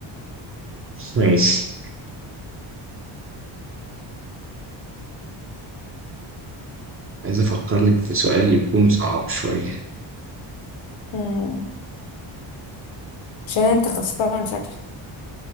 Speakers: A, on the right; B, on the left.
A: ماشي عايز افكر لك في سؤال يكون صعب شوية
B: مم. عشان انت خسران شكلك